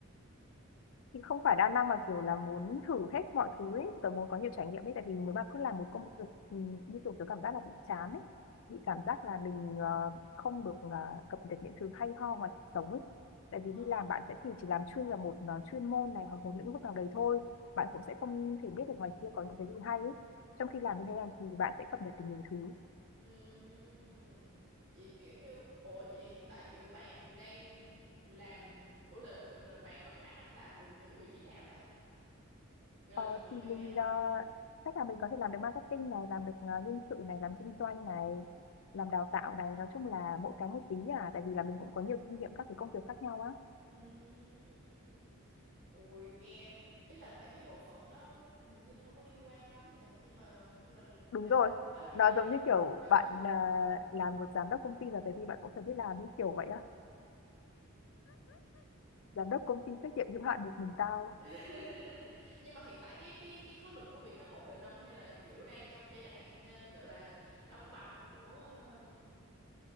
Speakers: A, on the left; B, on the right.
A: thì không phải đa năng mà kiểu là muốn thử hết mọi thứ ấy tớ muốn có nhiều trải nghiệm ấy tại vì nếu mà cứ làm một công việc thì như kiểu tớ cảm giác là bị chán ấy bị cảm giác là mình ờ, không được ờ, cập nhật những thứ hay ho ngoài cuộc sống ấy tại
B: Ờ.
A: vì đi làm bạn sẽ chỉ chỉ làm chuyên vào một ờ, chuyên môn này hoặc một lĩnh vực nào đấy thôi bạn cũng sẽ không thể biết được ngoài kia có những cái gì hay ấy trong khi làm như thế này thì bạn sẽ cập nhật được nhiều thứ
B: Ừm, vậy kiểu như ồ vậy hiện tại kiểu bạn đang làm ừ là bạn, là bạn có khả năng làm được những vị trí nào ta? Rồi
A: Ờ,
B: là những
A: thì
B: công việc
A: mình
B: nào?
A: ờ, chắc là mình có thể làm được marketing này, làm được ờ, nhân sự này, làm kinh doanh này, làm đào tạo này, nói chung là mỗi cái một tí à, tại vì là mình cũng có nhiều kinh nghiệm các cái công việc khác nhau á.
B: Ừm. Ôi nghe ý là mấy cái bộ phận đó hình như không có liên quan lắm nha, nhưng mà nhưng mà
A: Đúng
B: làm
A: rồi,
B: hết mấy
A: nó
B: cái đấy
A: giống
B: thì
A: như kiểu
B: ok
A: bạn
B: phết.
A: ờ, làm một giám đốc công ty là tại vì bạn cũng phải biết làm như kiểu vậy á. Giám đốc công ty trách nhiệm hữu hạn một mình tao.
B: <laughs> Nhưng mà hiện tại cái cái cái khối lượng công việc nó ổn định không hay là kiểu đang trong giai đoạn ờ, gọi là đóng băng của ờ,